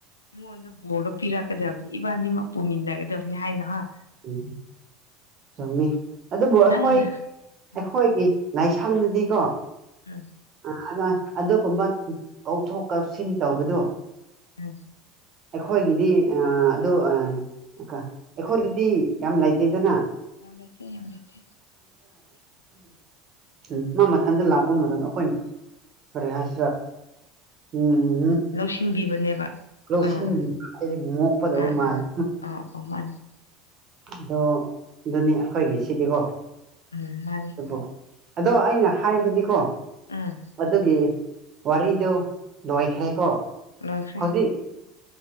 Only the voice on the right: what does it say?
ꯎꯝ ꯆꯨꯝꯃꯤ ꯑꯗꯨꯕꯨ ꯑꯩꯈꯣꯏ
ꯑꯩꯈꯣꯏꯒꯤ
ꯂꯥꯏꯁꯪꯗꯗꯤꯀꯣ
ꯑ ꯑꯗꯨꯒꯨꯝꯕ ꯀꯧꯊꯣꯛ ꯀꯥꯎꯁꯤꯟ ꯇꯧꯕꯗꯣ
ꯑꯩꯈꯣꯏꯒꯤꯗꯤ ꯑꯗꯨ ꯑꯩꯈꯣꯏꯗꯗꯤ ꯌꯥꯝ ꯂꯩꯇꯗꯅ
ꯎꯝ ꯃꯥ ꯃꯊꯟꯇ ꯂꯥꯛꯄ ꯃꯇꯝꯗ ꯑꯩꯈꯣꯏꯅ ꯀꯔꯤ ꯍꯥꯏꯁꯤꯔꯥ ꯎꯝ ꯎꯝ
ꯂꯧꯁꯤꯟꯕꯤ
ꯉꯣꯛꯄꯗꯕ
ꯃꯥꯜꯂ
ꯑꯗꯣ ꯑꯗꯨꯅꯤ ꯑꯩꯈꯣꯏꯒꯤ ꯁꯤꯗꯤꯀꯣ
ꯑꯗꯨ ꯑꯗꯣ ꯑꯩꯅ ꯍꯥꯏꯕꯗꯤꯀꯣ
ꯑꯗꯨꯒꯤ ꯋꯥꯔꯤꯗ ꯂꯣꯏꯈ꯭ꯔꯦꯀꯣ
ꯍꯧꯖꯤꯛ